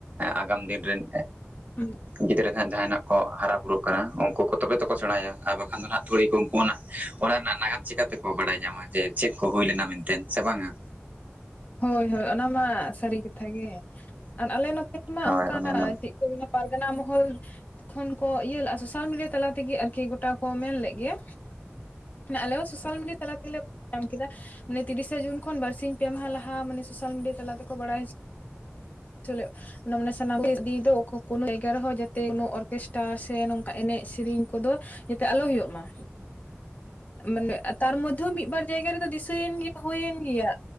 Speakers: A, on the right; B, on the left.
A: ᱟᱜᱟᱢ ᱫᱤᱱ ᱨᱮᱱ
B: <inaudible>
A: ᱜᱤᱫᱽᱨᱟᱹ ᱦᱟᱜ ᱡᱟᱦᱟᱱᱟᱜ ᱠᱚ ᱦᱟᱨᱟ ᱵᱩᱨᱩᱜ ᱩᱱᱠᱩ ᱠᱚ ᱛᱚᱵᱮ ᱛᱠᱚ ᱥᱮᱬᱟᱭᱟ ᱟᱨ ᱵᱟᱠᱷᱟᱱ ᱫᱚ ᱟᱜ ᱛᱩᱲᱤ ᱠᱚ ᱩᱱᱠᱩ ᱚᱱᱟ ᱨᱮᱱᱟᱜ ᱱᱟᱜᱟᱢ ᱪᱮᱠᱟᱛᱮᱠᱚ ᱵᱟᱲᱟᱭ ᱧᱟᱢᱟ ᱡᱮ ᱪᱮᱫ ᱠᱚ ᱦᱩᱭ ᱞᱮᱱᱟ ᱢᱮᱱᱛᱮ ᱥᱮ ᱵᱟᱝᱼᱟ
B: ᱦᱳᱭ ᱦᱳᱭ ᱚᱱᱟ ᱢᱟ ᱥᱟᱹᱨᱤ ᱠᱟᱛᱷᱟ ᱜᱮ, ᱟᱨ ᱟᱞᱮ ᱱᱚᱛᱮ ᱢᱟ
A: ᱦᱳᱭ
B: ᱚᱱᱠᱟ
A: ᱚᱱᱮ ᱚᱱᱟ
B: ᱮᱫ ᱦᱩᱭᱱᱟ ᱯᱟᱨᱜᱟᱱᱟ ᱢᱟᱦᱚᱞ ᱠᱷᱚᱱ ᱠᱚ ᱤᱭᱟᱹ ᱞᱮᱫᱼᱟ ᱥᱳᱥᱟᱞ ᱢᱤᱰᱤᱭᱟ ᱛᱟᱞᱟ ᱛᱮᱜᱮ ᱟᱨᱠᱤ ᱜᱳᱚᱴᱟ ᱠᱚ ᱢᱮᱱ ᱞᱮᱫ ᱜᱮᱭᱟ ᱟᱞᱮ ᱦᱚᱸ ᱥᱳᱥᱟᱞ ᱢᱤᱰᱤᱭᱟ ᱛᱟᱞᱟ ᱛᱮᱞᱮ ᱧᱟᱢ ᱠᱮᱫᱟ ᱢᱟᱱᱮ ᱛᱤᱨᱤᱥᱮ ᱡᱩᱱ ᱠᱷᱚᱱ ᱵᱟᱨᱥᱤᱧ ᱯᱮ ᱢᱟᱦᱟ ᱞᱟᱦᱟ ᱞᱟᱦᱟᱸ ᱢᱟᱱᱮ ᱥᱳᱥᱟᱞ ᱢᱤᱰᱤᱭᱟ ᱛᱟᱞᱟ ᱛᱮᱠᱚ ᱵᱟᱲᱟᱭ ᱦᱚᱪᱚ ᱚᱱᱟ ᱢᱟᱱᱮ ᱥᱟᱱᱟᱢ ᱫᱚ ᱠᱳᱱᱳ ᱡᱟᱭᱜᱟ ᱨᱮᱦᱚᱸ ᱡᱟᱛᱮ ᱚᱨᱠᱮᱥᱴᱟᱨ ᱥᱮ ᱱᱚᱝᱠᱟ ᱮᱱᱮᱡ ᱥᱮᱨᱮᱧ ᱠᱚᱫᱚ, ᱡᱟᱛᱮ ᱟᱞᱚ ᱦᱩᱭᱩᱜ ᱢᱟ᱾ ᱢᱟᱱᱮ ᱛᱟᱨ ᱢᱚᱫᱽᱫᱷᱮ ᱢᱤᱫ ᱵᱟᱨ ᱡᱟᱭᱜᱟ ᱨᱮᱫᱚ ᱫᱤᱥᱟᱹᱭᱮᱱ ᱜᱮᱭᱟ ᱦᱩᱭᱮᱱ ᱜᱮᱭᱟ᱾